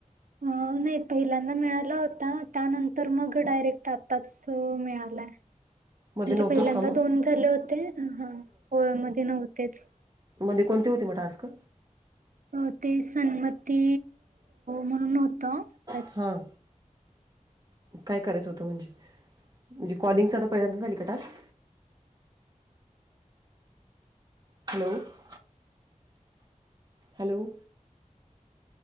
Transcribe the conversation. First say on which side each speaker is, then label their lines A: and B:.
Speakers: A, on the right (about 80°); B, on the right (about 30°).
A: अ नाही पहिल्यांदा मिळाला होता त्यानंतर मग तो डायरेक्ट आताच मिळालाय.
B: मध्ये
A: म्हणजे
B: नव्हतंच
A: पहिल्यांदा
B: का मग
A: दोन झाले होते हा होय मध्ये नव्हतेच.
B: मध्ये कोणते होते मग टास्क?
A: अ ते सन्मती म्हणून अ होत.
B: हं. काय करायच होत म्हणजे, म्हणजे कॉलिंगच आता पहिल्यांदा आले का टस्क? <unintelligible> हॅलो!